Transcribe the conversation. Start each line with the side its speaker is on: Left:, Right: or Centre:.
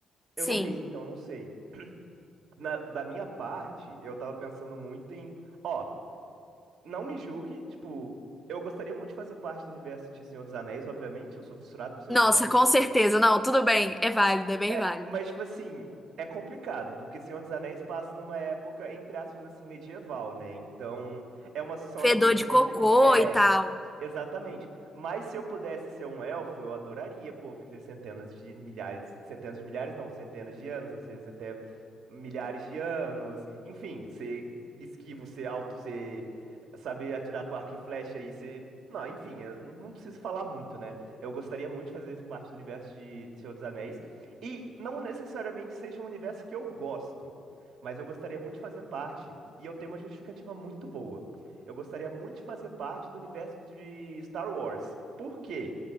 Right: Eu
Centre: Sim.
Right: não li, então não sei. Na- Da minha parte, eu tava pensando muito em. Ó. não me julgue, tipo, eu gostaria muito de fazer parte do universo de Senhor dos Anéis, obviamente, eu sou fissurado por Senhor
Centre: Nossa,
Right: dos Anéis.
Centre: com certeza, não, tudo bem. É válido, é bem
Right: É,
Centre: válido.
Right: mas, tipo assim, é complicado, porque Senhor dos Anéis passa numa época, entre aspas, assim, medieval, né? Então, é uma, são
Centre: Fedor
Right: as coisas
Centre: de
Right: bem.
Centre: cocô
Right: pre- É,
Centre: e tal.
Right: Exatamente. Mas se eu pudesse ser um elfo, eu adoraria, pô, viver centenas de milhares, centenas de milhares não, centenas de anos, às vezes até milhares de anos. Enfim, ser esquivo, ser alto, ser saber atirar com arco e flecha e ser, não, enfim, eu não preciso falar muito, né? Eu gostaria muito de fazer parte do universo de Senhor dos Anéis e não necessariamente seja um universo que eu gosto, mas eu gostaria muito de fazer parte e eu tenho uma justificativa muito boa. Eu gostaria muito de fazer parte do universo de Star Wars. Por quê?